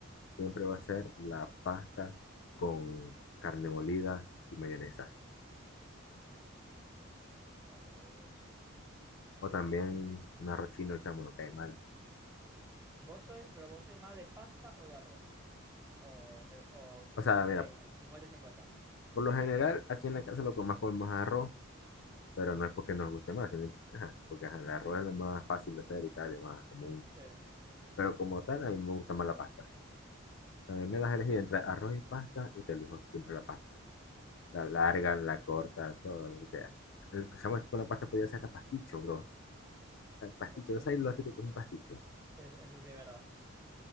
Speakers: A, on the left; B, on the right.
A: siempre va a ser la pasta con carne molida y mayonesa.
B: Sabroso.
A: O también un arroz chino, chamo, no cae mal.
B: ¿Vos soy, pero vos sois más de pasta o de arroz? ¿O te, o s-
A: O sea,
B: te
A: mira,
B: da igual? cincuenta y cincuenta
A: por lo general aquí en la casa lo que más comemos es arroz, pero no es porque nos guste más, sino que, ajá, porque ajá, el arroz es lo más fácil de hacer y tal, es más común.
B: Sí,
A: Pero como tal, a mí me gusta más la pasta. También me das a elegir
B: sí,
A: entre arroz y pasta y te elijo siempre la pasta.
B: excelente.
A: La larga, la corta, todo lo que sea. Empezamos con la pasta, podía ser hasta pasticho, bro. O sea, el pasticho,
B: Pues sí,
A: no sabes lo rico que es un pasticho.
B: es- eso sí es verdad.